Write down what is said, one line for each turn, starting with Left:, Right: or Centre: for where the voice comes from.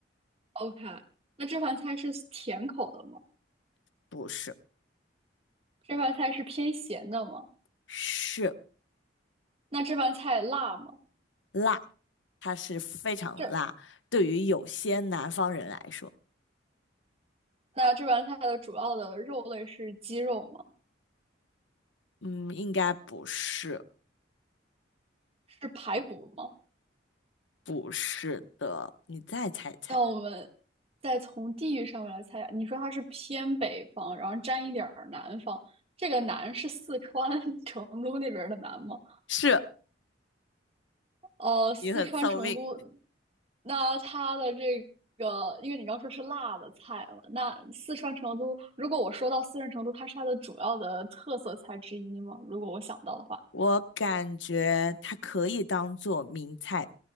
Right: OK，那这盘菜是甜口的吗？
Left: 不是，
Right: 这盘菜是偏咸的吗？
Left: 是。
Right: 那这盘菜辣吗？
Left: 辣，它是非常辣。
Right: 这，
Left: 对于有些南方人来说，
Right: 那这盘菜的主要的肉类是鸡肉吗？
Left: 嗯，应该不是，
Right: 是排骨吗？
Left: 不是的。你再猜一猜，
Right: 那我们再从地域上面来猜啊你说它是偏北方，然后沾一点儿南方，这个南是四川 <laughs> 成都那边儿的南吗？
Left: 是
Right: 哦，四川成都，
Left: 你很聪明。
Right: 那它的这个，因为你刚说是辣的菜嘛，那四川成都，如果我说到四川成都，它是它的主要的特色菜之一吗？如果我想到的话，
Left: 我感觉它可以当做名菜，